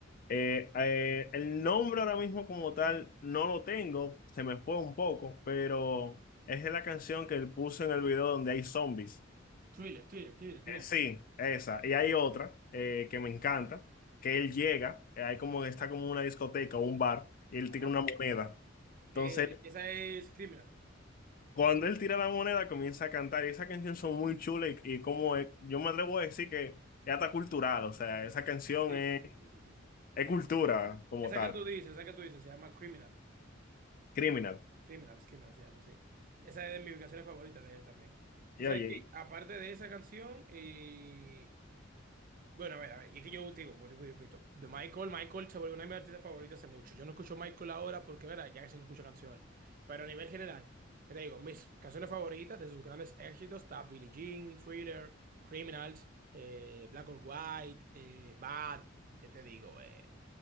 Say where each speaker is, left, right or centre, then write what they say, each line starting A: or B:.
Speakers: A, on the left; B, on the right.
A: Eh, eh, el nombre ahora mismo como tal no lo tengo, se me fue un poco, pero es la canción que él puso en el video donde hay zombies.
B: Thriller, thriller, thriller, thriller.
A: Eh, sí, esa. Y hay otra eh, que me encanta, que él llega, eh, hay como está como una discoteca o un bar, y él
B: Ajá.
A: tira una moneda. Entonces,
B: Eh, esa es Criminal.
A: cuando él tira la moneda, comienza a cantar. Y esa canción son muy chulas y, y como es- yo me atrevo a decir que ya está cultural, o sea, esa canción
B: Sí,
A: es,
B: sí, sí, sí, sí. sí.
A: es cultura como
B: Esa
A: tal,
B: que tú dices, esa que tú dices, se llama Criminal.
A: criminal.
B: Criminals, Criminal se llama así. Esa es de mis canciones favoritas de él también. Tú
A: Y
B: sabes
A: oye,
B: que, aparte de esa canción, y. Bueno, a ver, a ver, y es que yo te digo, vuelvo y repito, de Michael, Michael se volvió una de mis artistas favoritos hace mucho. Yo no escucho Michael ahora porque, verdad, ya casi no escucho canciones. Pero a nivel general, ¿qué te digo? Mis canciones favoritas de sus grandes éxitos está Billie Jean, Thriller, Criminals, eh, Black or White, eh, Bad, ¿qué te digo? Eh,